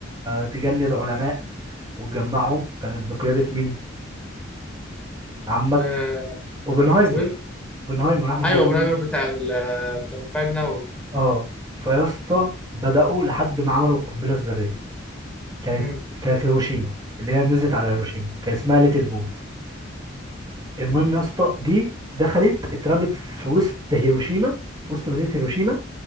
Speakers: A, on the right; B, in the centre.
A: تجند علماء وتجمعهم كانت بقياده مين عمك
B: آه،
A: اوبنهايمر
B: احمد زويل
A: اوبنهايمر احمد
B: ايوه
A: زويل.
B: ابو نمر بتاع ال- بتاع المفاعل النووي
A: اه فيا اسطى بدأوا لحد ما عملوا القنبلة الذرية كانت
B: مم.
A: كانت هيروشيما اللي هي نزلت على هيروشيما كان اسمها ليتل بوي المهم يا اسطى دي دخلت اترمت في وسط هيروشيما في وسط مدينة هيروشيما